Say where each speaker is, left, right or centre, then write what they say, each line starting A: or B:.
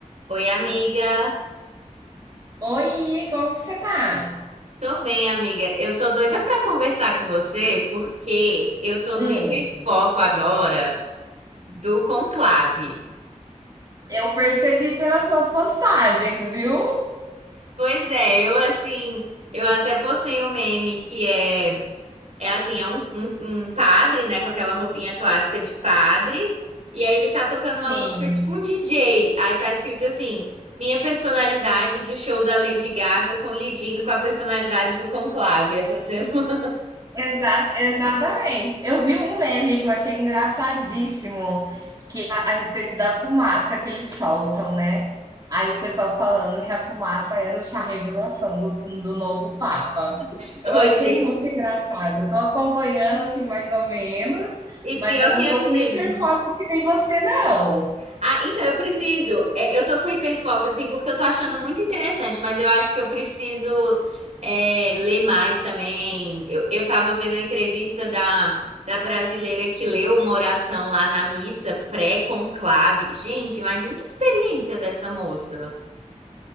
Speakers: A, on the right (about 60°); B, on the right (about 30°).
A: Oi, amiga.
B: Oi, como que você tá?
A: Tô bem, amiga. Eu tô doida pra conversar com você porque eu tô
B: Hum,
A: no hiperfoco agora do conclave.
B: eu percebi pelas suas postagens, viu?
A: Pois é, eu assim, eu até postei um meme que é, é assim, é um, um, um padre, né, com aquela roupinha clássica de padre, e aí ele tá tocando
B: Sim,
A: uma música tipo um DJ. Aí tá escrito assim: Minha personalidade do show da Lady Gaga colidindo com a personalidade do conclave essa semana.
B: exa exatamente. Eu vi um meme que eu achei engraçadíssimo, que é a, a respeito da fumaça que eles soltam, né? Aí o pessoal falando que a fumaça era o chá revelação do, do novo Papa.
A: <laughs> Hoje.
B: Eu achei muito engraçado. Eu tô acompanhando assim mais ou menos,
A: E
B: mas
A: pior
B: eu
A: que
B: não
A: é
B: tô
A: mesmo.
B: com hiperfoco que nem você, não.
A: Ah, então eu preciso. é, eu tô com hiperfoco, assim, porque eu tô achando muito interessante, mas eu acho que eu preciso é, ler mais também. Eu, eu tava vendo a entrevista da, da brasileira que leu uma oração lá na missa pré-conclave. Gente, imagina que experiência dessa moça.